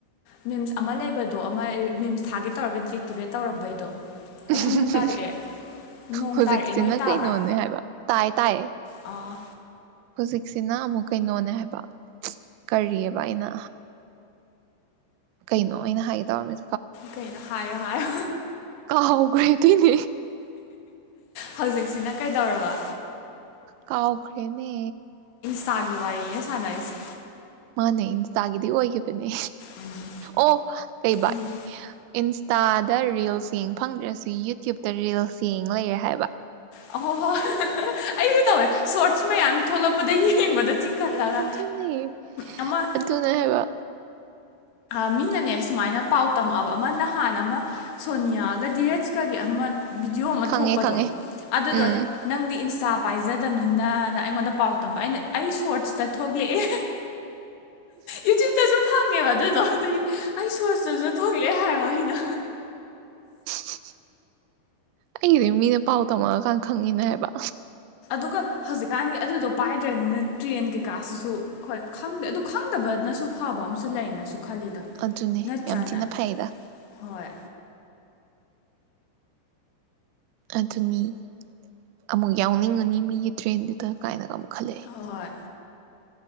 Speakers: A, on the left (about 80°); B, on the right (about 90°).
A: ꯃꯤꯝꯁ ꯑꯃ ꯂꯩꯕꯗꯣ ꯑꯃ ꯃꯤꯝꯁ ꯊꯥꯒꯦ ꯇꯧꯔꯒ ꯗꯤꯑꯛꯇꯤꯚꯦꯠ ꯇꯧꯔꯝꯕꯩꯗꯣ ꯑꯩꯍꯥ
B: ꯎꯃꯍꯃ
A: ꯅꯣꯡ ꯇꯥꯔꯛꯑꯦ ꯅꯣꯡ
B: ꯍꯧꯖꯤꯛꯁꯤꯅ
A: ꯇꯥꯔꯛꯑꯦ ꯅꯣꯏ ꯇꯥꯕ꯭ꯔꯥ
B: ꯀꯩꯅꯣꯅꯦ ꯍꯥꯏꯕ ꯇꯥꯏ ꯇꯥꯏꯌꯦ
A: ꯑꯥ
B: ꯍꯧꯖꯤꯛꯁꯤꯅ ꯑꯃꯨꯛ ꯀꯩꯅꯣꯅꯦ ꯍꯥꯏꯕ ꯀꯔꯤꯑꯕ ꯑꯩꯅ ꯀꯩꯅꯣ ꯑꯩꯅ ꯍꯥꯏꯒꯦ ꯇꯧꯔꯝꯃꯤ
A: ꯀꯩꯅꯣ ꯍꯥꯏꯌꯣ ꯍꯥꯏꯌꯣ
B: ꯀꯥꯎꯈ꯭ꯔꯦꯗꯤꯅꯦ
A: ꯍꯧꯖꯤꯛ ꯁꯤꯅ ꯀꯩꯗꯧꯔꯕ
B: ꯀꯥꯎꯥꯎꯈꯔꯦꯅꯦ
A: ꯇꯥꯒꯤ ꯋꯥꯔꯤꯏꯅꯦ ꯁꯗꯥ ꯏꯁꯤ
B: ꯃꯥꯅꯦ ꯏꯟꯁꯗ ꯑꯣꯏꯈꯤꯕꯅꯦ
A: ꯎꯝ
B: ꯑꯣ ꯀꯩꯕꯥ
A: ꯎꯝ
B: ꯏꯟꯁꯇꯥꯗ ꯔꯤꯜꯁ ꯌꯦꯡ ꯐꯪꯗ꯭ꯔꯁꯨ ꯌꯨꯇ꯭ꯌꯨꯕꯇ ꯔꯤꯜꯁ ꯌꯦꯡ ꯂꯩꯔꯦ ꯍꯥꯏꯕ
A: ꯑꯣ ꯍꯣ ꯑꯁꯨ ꯇ ꯁꯣ ꯌꯥꯝ ꯊꯂꯛ ꯗ ꯌꯦꯡꯕꯗ ꯆꯤꯡꯈꯠꯂꯒ
B: ꯑꯗꯨꯅꯦ
A: ꯑꯃ
B: ꯑꯗꯨꯅꯦ ꯍꯥꯏꯕ
A: ꯃꯤꯅꯅꯦ ꯁꯨꯃꯥꯏꯅ ꯄꯥꯎ ꯇꯝꯃꯛꯑꯕ ꯑꯃ ꯅꯍꯥꯟ ꯑꯃ ꯁꯣꯅꯤꯌꯥꯒ ꯗꯤꯔꯖꯀꯒꯤ ꯑꯃ ꯚꯤꯗꯤꯑꯣ ꯑꯃ ꯊꯣꯛꯄꯗꯣ
B: ꯈꯪꯉꯦ ꯈꯪꯉꯦ
A: ꯑꯗꯨꯗꯣ
B: ꯎꯝ
A: ꯅꯪ ꯏꯟꯁꯇꯥ ꯄꯥꯏꯖꯗꯕꯅꯤꯅꯅ ꯑꯩꯉꯣꯟꯗ ꯄꯥꯎ ꯇꯝꯕ ꯑꯩꯅ ꯑꯩ ꯁꯣꯔꯠꯁꯇ ꯊꯣꯛꯂꯛꯑꯦ ꯌꯨꯇꯕꯇꯁꯨꯨꯝ ꯐꯪꯉꯦꯕ ꯑꯗꯨꯗ ꯑꯗꯨꯒꯤ ꯑꯩ ꯁꯣꯁꯇꯁꯨꯉ ꯀ ꯍꯥꯏ ꯋꯥꯍꯤꯅ
B: <unintelligible> ꯑꯩꯒꯤꯗꯤ ꯃꯤꯅ ꯄꯥꯎ ꯇꯝꯃꯒꯦ ꯈꯪꯉꯤꯅꯦ ꯍꯥꯏꯕ
A: ꯑꯗꯨꯒ ꯍꯧꯖꯤꯛꯀꯥꯟꯒꯤ ꯑꯗꯨꯗꯣ ꯄꯥꯏꯗ꯭ꯔꯅꯤꯅ ꯇ꯭ꯔꯦꯟ ꯀꯩꯀꯥꯁꯤꯁꯨ ꯍꯣꯏ ꯈꯪꯗꯦ ꯑꯗꯨ ꯈꯪꯗꯕꯅꯁꯨ ꯐꯕ ꯑꯨ ꯂꯩꯅꯁꯨ ꯈꯜꯂꯤꯗ
B: ꯑꯗꯨꯅꯦ
A: ꯅꯠꯇ꯭ꯔꯅꯦ
B: ꯌꯥꯝ ꯊꯤꯅ ꯐꯩꯗ
A: ꯍꯣꯏ
B: ꯑꯗꯨꯅꯤ ꯑꯃꯨꯛ ꯌꯥꯎꯅꯤꯡꯉꯅꯤ ꯃꯤꯒꯤ ꯇ꯭ꯔꯦꯟꯗꯨꯗ ꯀꯥꯏꯅꯒ ꯑꯃꯨꯛ ꯈꯜꯂꯛꯑꯦ
A: ꯍꯣꯏ